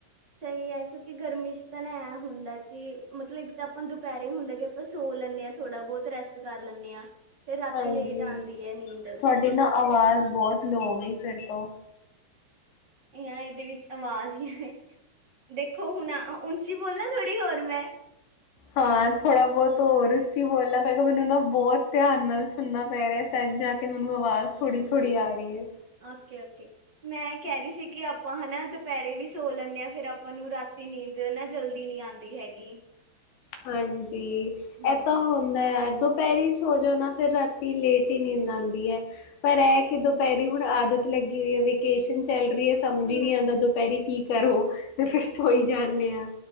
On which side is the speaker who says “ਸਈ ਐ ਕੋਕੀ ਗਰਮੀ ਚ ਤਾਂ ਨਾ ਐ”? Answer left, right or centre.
Right